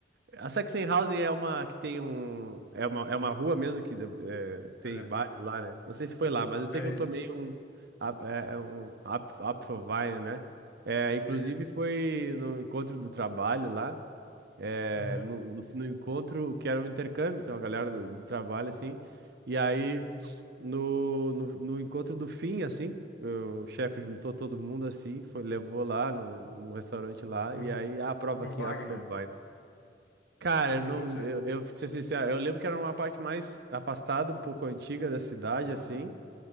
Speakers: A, on the right (about 60°); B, on the left (about 80°).
A: A Sachsenhausen é uma que tem um. É uma, é uma rua mesmo que é, tem
B: É,
A: bares lá, né? Não sei se foi lá, mas eu sei
B: é
A: que eu tomei
B: isso,
A: um. ap- É, é um Ap- Apfelwein, né? É, inclusive
B: é isso.
A: foi no encontro do trabalho lá. é,
B: Aham.
A: no, no, no encontro que era um intercâmbio, então a galera do, do trabalho, assim, e aí
B: uhum.
A: no, no, no encontro do fim, assim, o chefe juntou todo mundo, assim, foi, levou lá num, num restaurante lá,
B: No,
A: e aí, ah, prova
B: no
A: aqui,
B: Wagner.
A: ah, professor, vai. Cara,
B: Ele,
A: eu não,
B: vocês.
A: eu, eu, pra ser sincero, eu lembro que era uma parte mais afastada, um pouco antiga da cidade,
B: Ah,
A: assim,